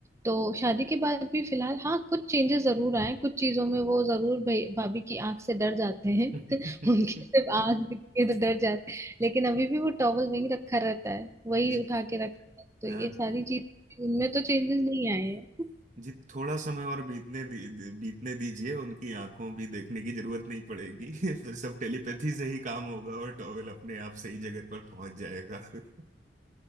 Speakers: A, on the right; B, on the right.
A: तो शादी के बाद भी फिलहाल हाँ कुछ चेंजेस जरूर आए कुछ चीजों में वो जरूर भई- भाभी की आंख से डर जाते हैं
B: हम्म,
A: <laughs> उनकी सिर्फ आंख दिख के तो डर जाते हैं लेकिन अभी भी वो टॉवल वही रखा रहता है वही
B: <laughs> जी
A: उठा के रखता है तो
B: यार
A: ये सारी चीज उनमें तो चेंजेस नहीं आए हैं।
B: जी थोड़ा समय और बीतने दी, दी- बीतने दीजिए उनकी आंखों भी देखने की जरूरत नहीं पड़ेगी <laughs> फिर सब टेलीपैथी से ही काम होगा और टॉवेल अपने आप सही जगह पर पहुंच जाएगा <laughs>